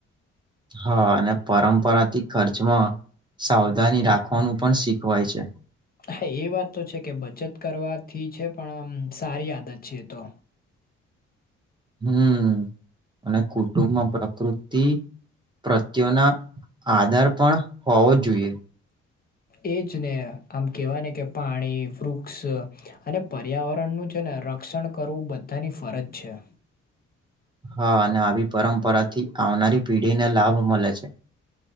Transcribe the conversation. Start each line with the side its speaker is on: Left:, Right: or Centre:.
Right: હા અને પરંપરાથી ખર્ચમાં સાવધાની રાખવાનું પણ શીખવાય છે.
Left: હા એ વાત તો છે કે બચત કરવાથી છે પણ આમ સારી આદત છે તો.
Right: હમ અને કુટુંબમાં પ્રકૃતિ. પ્રત્ય્યોના આધાર પણ હોવો જોઈએ. <inaudible>
Left: એ જ ને આમ કહેવાય ને કે પાણી વૃક્ષ અને પર્યાવરણનું છે ને ર. રિકક્ષણ કરવું બધાની ફરજ છે.
Right: હા અને આવી પરંપરાથી આવનારી પેઢીને લાભ મળે છે.